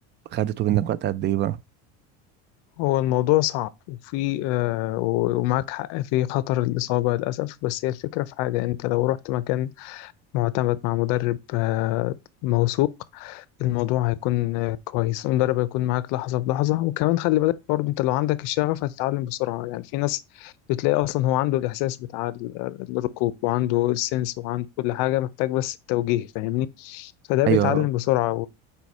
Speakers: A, on the right; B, on the left.
A: خدته منك وقت قد ايه بقى
B: هو الموضوع صعب وفي آه و- ومعاك حق في خطر الإصابة للأسف بس هي الفكرة في حاجة أنت لو رحت مكان معتمد مع مدرب آه موثوق الموضوع هيكون آه كويس المدرب هيكون معاك لحظة بلحظة وكمان خلي بالك برضه أنت لو عندك الشغف هتتعلم بسرعة يعني في ناس بتلاقي أصلا هو عنده الإحساس بتاع ال- الركوب وعنده السنس وعنده كل حاجة محتاج بس التوجيه فاهمني فده بيتعلم
A: ايوه
B: بسرعة